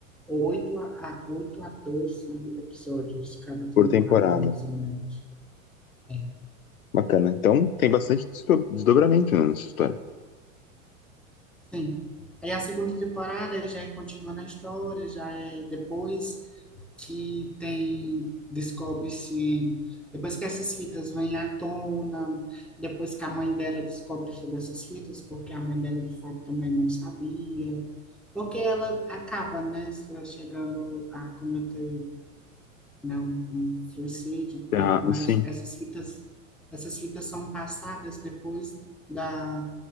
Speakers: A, in the centre; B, on the left.
A: oito a, oito a 12 episódios cada temporada,
B: por temporada.
A: mais ou menos. É,
B: Bacana. Então tem bastante desdo- desdobramento né, nessa história.
A: sim. Aí a segunda temporada já é continuando a história, já é depois que tem, descobre-se, depois que essas fitas vêm à tona, depois que a mãe dela descobre sobre essas fitas, porque a mãe dela de fato também não sabia, porque ela acaba, né, chegando a cometer não, um suicídio e tá,
B: Ah,
A: tudo mais,
B: sim,
A: essas fitas, essas fitas são passadas depois da,